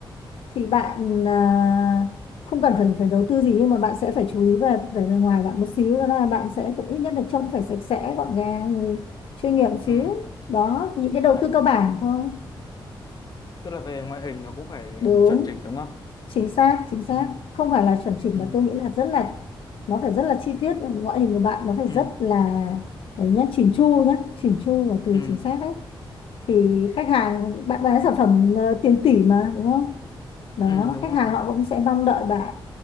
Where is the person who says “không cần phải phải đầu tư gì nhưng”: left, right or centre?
Left